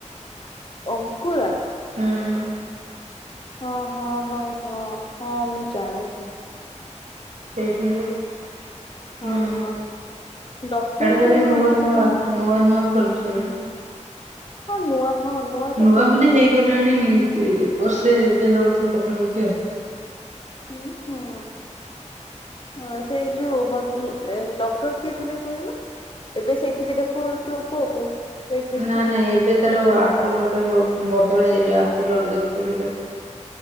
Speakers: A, on the left (about 40°); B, on the right (about 70°).
A: ଅଙ୍କୁରା?
B: ହୁଁ।
A: ହଁ ହଁ ହଁ ହଁ ହଁ ମୁଁ ଜାଣିଚି।
B: ସେଇଠିକି
A: ହଁ
B: ହୁଁ
A: ହଁ ଡକ୍ଟର
B: ଏଟା
A: ସେ
B: ଏବେ
A: ହଁ
B: ନୂଆ
A: ସେଠି
B: ନୂଆ
A: ଜଣେ
B: ନୂଆ ନୂଆ ଖୋଲୁଚି।
A: କଣ ନୂଆ ହଁ ତ
B: ନୂଆ
A: ଖୋଲିଛି।
B: ମାନେ ହେଇଗଲାଣି କି ବର୍ଷେ ଦେଢ ବର୍ଷ ପାଖାପାଖି ଆଉ।
A: ହୁଁ ହଁ। ହଁ ସେଇ ଯୋଉ ହସ ଉଁ ଏ ଡକ୍ଟର କିଏ ଥିଲେ କହିଲୁ? ଏବେ ସେଇଠି ବି ଦେଖୋଉଚୁ ପୁଅକୁ। ପେଡିଟ୍ରିସିଆନ
B: ନା ନାଇଁ ଏବେ ତାର ଆପୁଲୁରେ ଗୋ ବଦଳେଇ ଦେଲି ଆପୁଲୁରେ ଦେଖୁଥିଲି ତାକୁ।